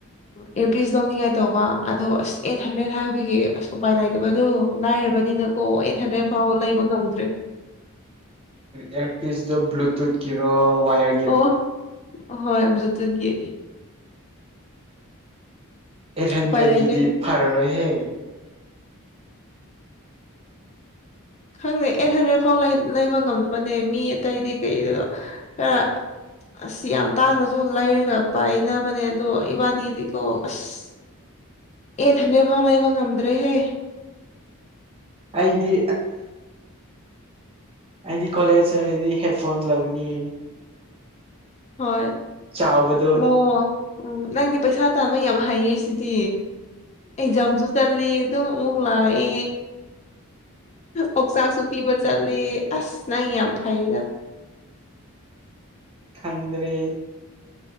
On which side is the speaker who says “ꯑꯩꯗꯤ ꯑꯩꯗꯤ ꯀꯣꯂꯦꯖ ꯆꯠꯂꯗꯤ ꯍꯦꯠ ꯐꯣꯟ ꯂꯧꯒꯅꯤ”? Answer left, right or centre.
Right